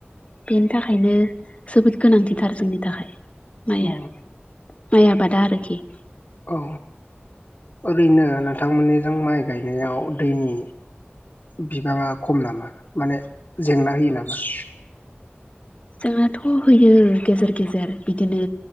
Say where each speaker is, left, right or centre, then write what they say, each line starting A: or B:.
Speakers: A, on the left (about 30°); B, on the left (about 50°).
A: बेनि थाखायनो जोबोद गोनांथिथार जोंनि थाखाय माइया
B: औ
A: माइ आबादा आरोखि
B: औ ओरैनो नोंथांमोननिजों माइ गायनायाव दैनि बिबाङा खम नामा माने जेंना होयो नामा
A: जोंनाथ' होयो गेजेर गेजेर बिदिनो